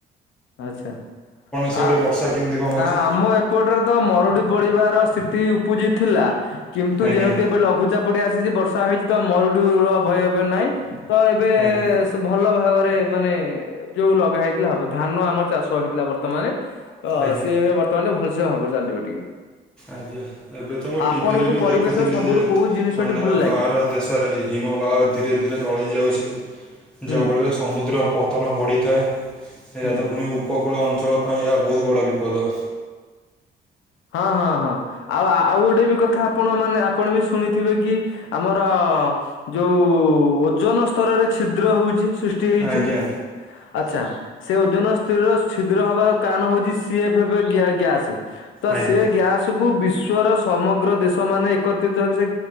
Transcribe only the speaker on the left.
ଆଛା,
ଆ
ଆ ଆମ ଏ ପଟରେ ତ ମରୁଡି ପଡିବାର ସ୍ଥିତି ଉପୁଜି ଥିଲା କିନ୍ତୁ
ଯେହେତୁ ଏବେ ଲଘୁ ପଚାପଡ଼ି ଆସିଛି ବର୍ଷା ହେଇଛି ତ ମରୁଡ଼ୁର ଭୟ ଏବେ ନାହିଁ ତ ଏବେ
ଭଲ ଭାବରେ ମାନେ ଯୋଉ ଲଗା ହେଇଥିଲା ହବ, ଧାନ ଆମର ଚାଷ ହେଇଥିଲା ବର୍ତ୍ତମାନେ ତ
ସିଏ ଏବେ ବର୍ତ୍ତମାନ ଭଲସେ ହବ ଚାଲିବ ଟିକେ।
ଆପଣଙ୍କୁ
ପରିବେଶ
ସବୁଠୁ
କୋଉ ଜିନିଷଟି
ଭଲ ଲାଗେ?
ହୁଁ
ହୁଁ।
ହଁ ହଁ ହଁ ଆଉ ଆଉ ଗୋଟେ ବି କଥା ଆପଣ ମାନେ ଆପଣ ବି ଶୁଣିଥିବେ କି ଆମର ଯୋଉ ଓଜନ ସ୍ତରରେ ଛିଦ୍ର ହଉଛି ସୃଷ୍ଟି ହେଇଛି,
ଆଛା। ସେ ଓଜନ ସ୍ଥିରର ଛିଦ୍ର ହବାର କାରଣ ହଉଛି ସି ଏଫ ଏଫ ଗ୍ୟା ଗ୍ୟାସ। ତ
ସେ ଗ୍ୟାସକୁୁ ବିଶ୍ଵର ସମଗ୍ର ଦେଶ ମାନେ ଏକତ୍ରିତ ହେବେ ସେ